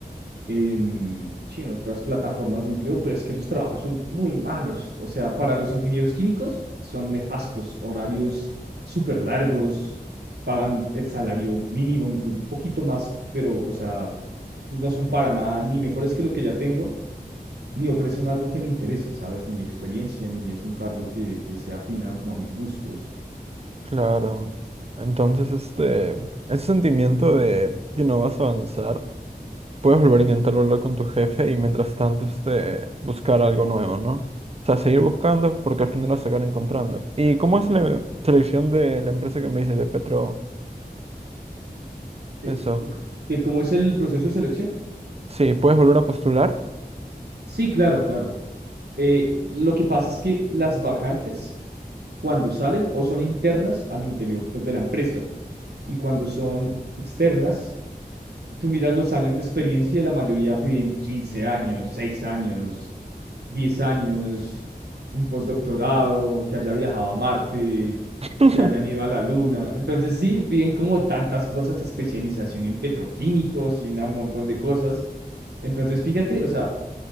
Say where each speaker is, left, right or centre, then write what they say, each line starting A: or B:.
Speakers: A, on the right; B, on the right.
A: en, sí, en otras plataformas de empleo, pero es que los trabajos son muy malos. O sea, para los ingenieros químicos son nefastos, horarios súper largos, pagan el salario mínimo, incluso un poquito más, pero, o sea, no son para nada ni mejores que lo que ya tengo, ni ofrecen algo que me interese, ¿sabes? Ni experiencia, ni es un cargo que, que se afina como a mis gustos.
B: Claro. Entonces, este, ese sentimiento de que no vas a avanzar, puedes volver a intentarlo hablar con tu jefe y mientras tanto, este, buscar algo nuevo, ¿no? O sea, seguir buscando porque al final vas a acabar encontrando. ¿Y cómo es la selección de la empresa que me dices de Petro? Eso.
A: Eh, eh, co- ¿Que cómo es el proceso de selección?
B: Sí, puedes volver a postular.
A: Sí, claro, claro. Eh, lo que pasa es que las vacantes cuando salen o son internas al interior pues, de la empresa y cuando son externas, tú miras los años de experiencia y la mayoría piden 15 años, 6 años, 10 años, un postdoctorado, que haya viajado a Marte,
B: <laughs>
A: que hayan ido a la Luna. Entonces sí, piden como tantas cosas, especialización en petroquímicos y un montón de cosas. Entonces fíjate, o sea,